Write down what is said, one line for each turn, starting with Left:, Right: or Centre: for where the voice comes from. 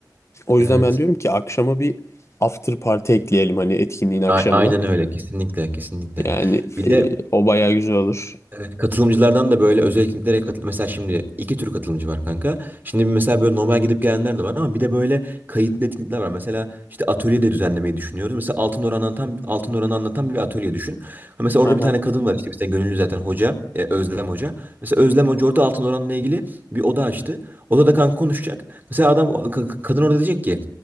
Left: O
Right: Evet.
Left: yüzden ben diyorum ki akşama bir after party ekleyelim hani etkinliğin akşamına.
Right: A- Aynen öyle kesinlikle kesinlikle.
Left: Yani
Right: Bir
Left: e,
Right: de
Left: o bayağı güzel olur.
Right: Evet, katılımcılardan da böyle özel etkinliklere katıl mesela şimdi iki tür katılımcı var kanka. Şimdi bir mesela böyle normal gidip gelenler de var ama bir de böyle kayıtlı etkinlikler var. Mesela işte atölye de düzenlemeyi düşünüyoruz. Mesela Altın Oran'ı anlatan, Altın Oran'ı anlatan bir atölye düşün. Ha Mesela orada
Left: Aha.
Right: bir tane kadın var işte bizden gönüllü zaten hoca, e, Özlem Hoca. Mesela Özlem Hoca orada Altın Oran'la ilgili bir oda açtı. Odada kanka konuşacak. Mesela adam ka- kadın orada diyecek ki